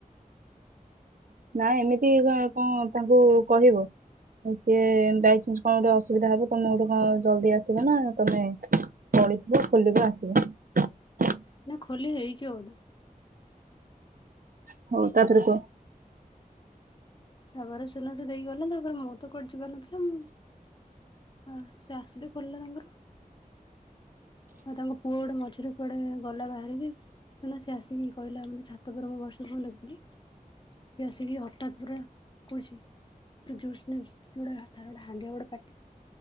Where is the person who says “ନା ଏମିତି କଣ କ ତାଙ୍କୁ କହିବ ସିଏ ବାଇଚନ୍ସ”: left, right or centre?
Right